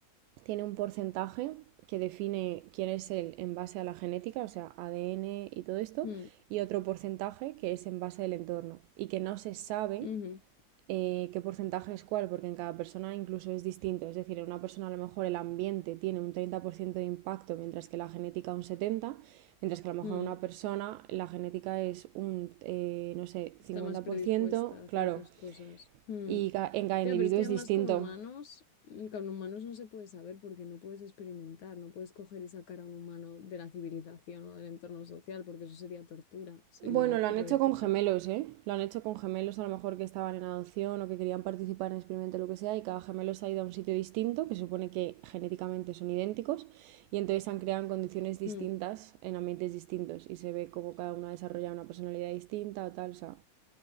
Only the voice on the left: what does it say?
mm,
ujú,
mm.
Está
más predispuesta a
ciertas cosas. Mm.
Ya,
pero es que
además
con humanos, mm, con humanos no se puede saber porque no puedes experimentar, no puedes coger y sacar a un humano de la civilización o del entorno social porque eso sería tortura, sería
poco
ético.
Hmm.